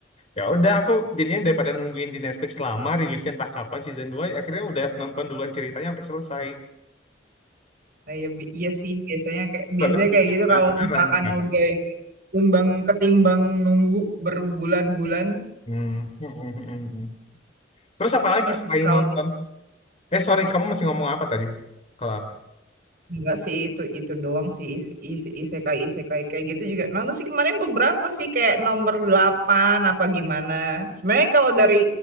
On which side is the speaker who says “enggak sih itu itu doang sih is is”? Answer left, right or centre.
Right